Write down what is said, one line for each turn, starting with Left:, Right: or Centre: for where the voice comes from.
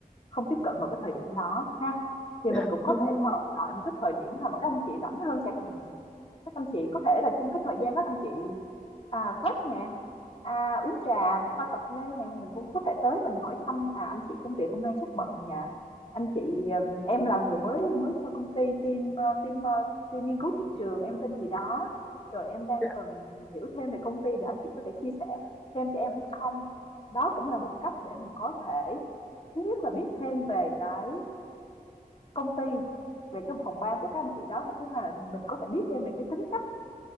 Left: không tiếp cận vào cái thời điểm đó ha thì
Centre: dạ,
Left: mình cũng có
Centre: đúng
Left: thể
Centre: rồi
Left: thờ, đợi một cái thời điểm nào mà các anh chị rảnh hơn chẳng hạn các anh chị có thể là trong cái thời gian đó anh chị, à, break nè, à, uống trà nè, pha cà phê nè, mình cũng có thể tới mình hỏi thăm, à, anh chị công việc hôm nay chắc bận nhỉ? Anh chị, ờ, em là người mới mới cho công ty team ờ, team ờ, team nghiên cứu thị trường, em tên gì đó, rồi em đang
Centre: Dạ,
Left: cần hiểu thêm về công ty để anh chị có thể chia sẻ thêm cho em hay không? Đó cũng là một cách để mình có thể thứ nhất là biết thêm về cái công ty về cái phòng ban của các anh chị đó và thứ hai là mình có thể biết thêm về cái tính cách